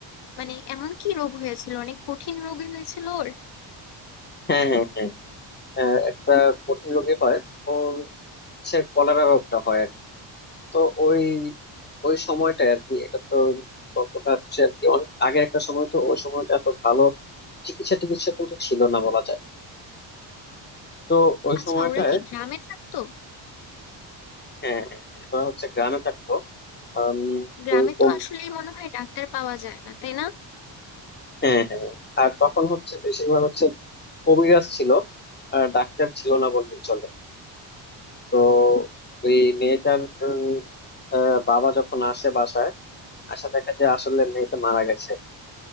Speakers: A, on the left; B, on the left.
A: মানে এমন কি রোগ হয়েছিল অনেক কঠিন রোগী হয়েছিল ওর
B: হ্যাঁ হ্যাঁ হ্যাঁ আহ, একটা কঠিন রোগী হয় ও সে কলেরা রোগটা হয় তো ওই ওই সময়টা আর কি এটা তো গল্পটা হচ্ছে আর কি অনেক আগের একটা সময় তো ওই সময়টা এত ভালো চিকিৎসা টিকিৎসা কিন্তু ছিল না বলা যায় তো ওই
A: আচ্ছা
B: সময়টায়
A: ওরা কি গ্রামে থাকতো
B: হ্যাঁ হ্যাঁ হ্যাঁ, ওরা হচ্ছে গ্রামে থাকতো আম,
A: গ্রামে
B: ওরকম
A: তো আসলে মনে হয় ডাক্তার পাওয়া যায় না তাই না
B: হ্যাঁ হ্যাঁ আর তখন হচ্ছে বেশিরভাগ হচ্ছে কবিরাজ ছিল আর ডাক্তার ছিল না বললেই চলে তো ওই মেয়েটার উম, আহ, বাবা যখন আসে বাসায় আসা দেখা যায় আসলে মেয়েটা মারা গেছে